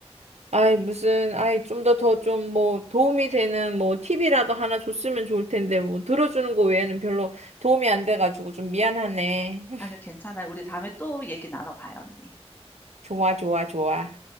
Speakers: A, on the right; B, on the left.
A: 아이, 무슨, 아이, 좀 더 더 좀 뭐 도움이 되는 뭐 팁이라도 하나 줬으면 좋을 텐데 뭐 들어주는 거 외에는 별로 도움이 안 돼가지고 좀 미안하네. <laughs>
B: 아니요, 괜찮아요. 우리 다음에 또 얘기 나눠봐요, 언니.
A: 좋아, 좋아, 좋아.